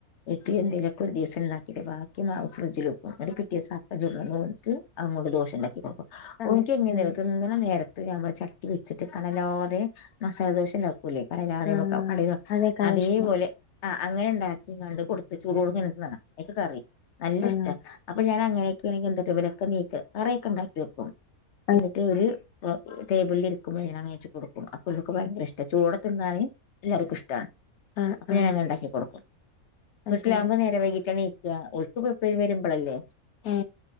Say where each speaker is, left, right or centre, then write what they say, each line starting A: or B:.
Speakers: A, on the left (about 50°); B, on the left (about 80°).
A: ഇഡ്ഡലിയോ എന്തേലൊക്കെ ഒരു ദിവസം ഉണ്ടാക്കിട്ട് ബാക്കി മാവ് ഫ്രിഡ്ജില് വെക്കും ന്നട്ട് പിറ്റേ ദിവസം അപ്പം ചുട്ണന്നോൻക് അങ്ങോട്ട് ദോഷം ഉണ്ടാക്കി കൊടുക്കും
B: ആഹ്
A: ഓൻക്ക് എങ്ങനെ
B: ആഹ്
A: ഓൻക് തിന്ന്ണ നേരത്ത് ഞമ്മള് ചട്ടി വെച്ചിട്ട് കനല്ലാതെ മസാലദോശണ്ടാക്കും ണ്ടാക്കൂലെ കനല്ലാതെ
B: ആഹ്
A: നമുക്കത് കടേന്ന് വാ
B: അതേക്കാരം
A: അതേപോലെ
B: ഇഷ്ടം
A: ആഹ് അങ്ങനെ ണ്ടാക്കിങ്ങാണ്ട് കൊടുത്ത് ചൂടോട്ക്കെങ്ങനെ ഇട്‌ണാണ അയ്ക്ക് കറിം നല്ല
B: ആഹ്
A: ഇഷ്ട അപ്പൊ ഞാൻ അങ്ങനെയൊക്കെ ആണെങ്കി എന്തൊക്കെ വിലൊക്കെ നീക്ക കറയൊക്കെ ഉണ്ടാക്കി വെക്കും
B: അത്
A: എന്നിട്ട് ഒര് അപ്പൊ ടേബിലില് ഇരിക്കുമ്പം ഞാൻ വേവിച്ചു കൊടുക്കും അപ്പംബല്ക്ക് ഭയങ്കര ഇഷ്ട ചൂടെ തിന്നാന് എല്ലാവർക്കും ഇഷ്ടാണ്
B: ആഹ്
A: അപ്പൊ
B: ആഹ്
A: ഞാൻ അങ്ങനെ ഇണ്ടാക്കി കൊടുക്കും
B: അത്
A: വീട്ടിലാകുമ്പോൾ
B: ശരി
A: നേരെ വൈകിട്ടാണ് ണീ ക്കാ ഓൽക്ക് പ്പം എപ്ലേം വരുമ്പളല്ലെ
B: ഏ